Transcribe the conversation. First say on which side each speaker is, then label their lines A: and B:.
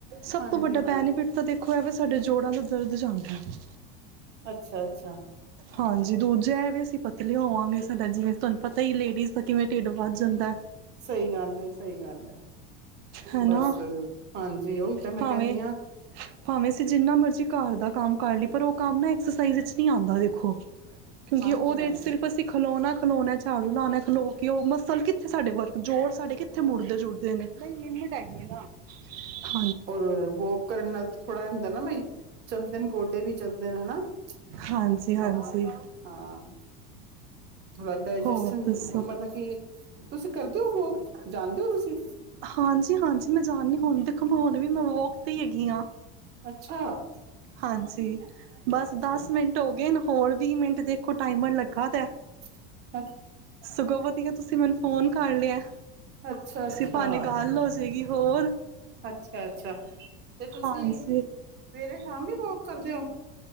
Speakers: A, on the right; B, on the right.
A: ਸਭ
B: ਹਾਂਜੀ
A: ਤੋਂ ਵੱਡਾ
B: ਹਾਂ
A: ਬੈਨੀਫਿਟ ਤਾਂ ਦੇਖੋ ਏ ਵੇ ਸਾਡੇ ਜੋੜਾਂ ਦਾ ਦਰਦ ਜਾਂਦਾ ਏ।
B: ਅੱਛਾ ਅੱਛਾ
A: ਹਾਂਜੀ
B: ਸੈਰ ਕਰੋ
A: ਦੂਜਾ ਐਵੇ ਅਸੀਂ ਪ ਲੇ ਹੋਵਾਂਗੇ ਸਾਡਾ ਜਿਵੇਂ ਤੁਹਾਨੂੰ ਪਤਾ ਹੀ ਲੇਡੀਜ਼ ਦਾ ਕਿਵੇਂ ਢਿੱਡ ਵੱਧ ਜਾਂਦਾ
B: ਸਹੀ ਗੱਲ ਹੈ ਸਹੀ ਗੱਲ ਹੈ
A: ਹੈ ਨਾ
B: ਬਸ ਹਾਂਜੀ ਉਹੀ ਤਾਂ ਮੈਂ
A: ਭਾਵੇਂ
B: ਕਹਿੰਦੀ ਹਾਂ
A: ਭਾਵੇਂ ਅਸੀਂ ਜਿੰਨਾ ਮਰਜੀੀ ਘਰ ਦਾ ਕੰਮ ਕਰ ਲਈ ਪਰ ਉਹ ਕੰਮ ਨਾ ਐਕਸਰਸਾਈਜ਼ ਵਿੱਚ ਨਹੀਂੀ ਆਉਂਦਾ ਦੇਖੋ ਕਿਉਂਕਿ
B: ਹਾਂਜੀ
A: ਉਹਦੇ
B: ਹਾਂਜੀ
A: ਚ ਸਿਰਫ ਅਸੀਂ ਖਲੋਣਾ ਖਲੋਣਾ ਝਾੜੂ ਲਾਉਣਾ ਖਲੋ ਕੇ ਉਹ ਮਸਲ ਕਿੱਥੇ ਸਾਡੇ ਵਰਗ ਜੋਰ ਸਾਡੇ ਕਿੱਥੇ ਮੁੜਦੇ ਜੁੜਦੇ ਨੇ <unintelligible>
B: ਰ ਵੋਕ ਕਰਨ ਨਾਲ ਤਾਂ ਥੋੜ੍ਹਾ ਹੁੰਦਾ <unintelligible> ਚਲਦੇ ਨੇ ਗੋਡੇ ਵੀ ਚੱਲਦੇ ਨੇ ਹਨਾ ਥੋੜਾ
A: ਹਾਂਜੀ ਹਾਂਜੀ
B: ਹਾਂ ਥੋੜਾ ਡਾਇਜਸ਼ਨ
A: ਹੋਰ ਦੱਸੋ
B: ਮਤਲਬ ਕਿ ਤੁਸੀਂ ਕਰਦੇ ਹੋ ਵੋ ਜਾਣਦੇ ਹੋ ਤੁਸੀਂ
A: ਹਾਂਜੀ ਹਾਂਜੀ ਮੈਂ ਜਾਦੀ ਹੁਣ ਘਮਉਣ ਵੀ ਮੈਂ ਵਕ ਤੇ ਹੀ ਹੈਗੀ ਹਾਂ
B: ਅੱਛਾ
A: ਹਾਂਜੀ
B: ਵਾਹ
A: ਬਸ
B: ਜੀ
A: ਦਸ
B: ਵਾਹ
A: ਮਿੰਟ ਹੋ ਗਏ ਨਾ ਹੋਰ ਵੀਹ ਮਿੰਟ ਦੇਖੋ ਟਾਈਮਰ ਲੱਗਾ ਦਾ
B: ਐੱਚ ਸੀ
A: ਸਗੋਂ ਵਧੀਆ ਤੁਸੀਂ ਮੈਨੂੰ ਫੋਨ ਕਰ ਲਿਆ
B: ਅੱਛਾ ਅੱਛਾ
A: ਇਸੀ ਬਹਾਨੇ ਗੱਲ ਹੋ ਜਾਏਗੀ ਹੋਰ
B: ਅੱਛਾ ਅੱਛਾ ਤੇ ਤੁਸੀਂ
A: ਹਾਂਜੀ
B: ਸਵੇਰੇ ਸ਼ਾਮੀ ਬ ਕਰਦੇ ਹੋ